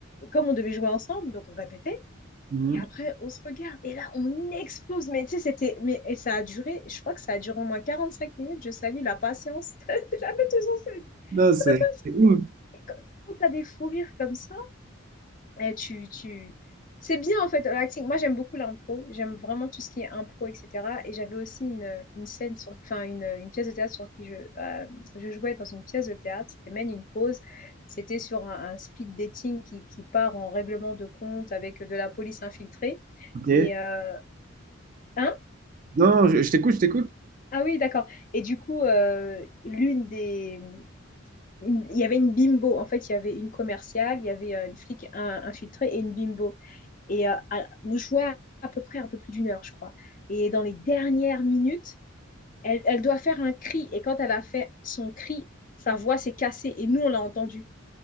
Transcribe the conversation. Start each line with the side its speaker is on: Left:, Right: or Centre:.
Left: comme on devait jouer ensemble, donc on répétait.
Right: Mhm.
Left: Et après, on se regarde. Et là, on explose. Mais tu sais, c'était. Mais et ça a duré, je crois que ça a duré au moins 45 minutes. Je salue la patience <laughs> de la metteuse en scène.
Right: Non, c'est
Left: Très patiente.
Right: c'est ouf.
Left: Et quand, tu as des fous rires comme ça, et tu, tu... C'est bien en fait l'acting. Moi j'aime beaucoup l'impro, j'aime vraiment tout ce qui est impro, etc. Et j'avais aussi une, une scène sur, enfin une, une pièce de théâtre sur qui je, euh, je jouais dans une pièce de théâtre, c'était mène une Pause. C'était sur un, un speed dating qui, qui part en règlement de compte avec de la police infiltrée.
Right: Ok.
Left: Et euh, hein?
Right: Non, je, je t'écoute, je t'écoute.
Left: Ah oui, d'accord. Et du coup, euh, l'une des, une- il y avait une bimbo. En fait, il y avait une commerciale, il y avait euh, une flic un- infiltrée et une bimbo. Et euh, à- on jouait à, peu près un peu plus d'une heure, je crois. Et dans les dernières minutes, elle, elle doit faire un cri. Et quand elle a fait son cri, sa voix s'est cassée. Et nous, on l'a entendu.